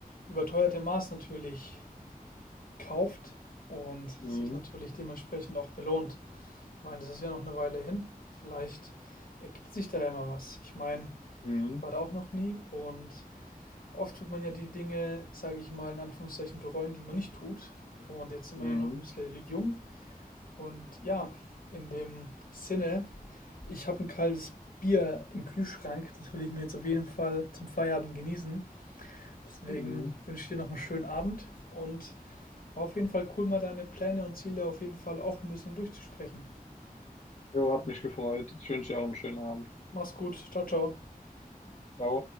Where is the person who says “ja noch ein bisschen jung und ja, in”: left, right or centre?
Left